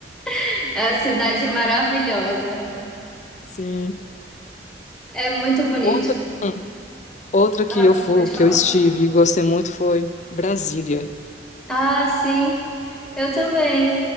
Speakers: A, in the centre; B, on the left.
A: <laughs> é a cidade maravilhosa.
B: Sim.
A: É muito bonito.
B: Outra, hum, outra que
A: Ah,
B: eu fui,
A: pode falar.
B: que eu estive e gostei muito foi Brasília.
A: Ah, sim. Eu também.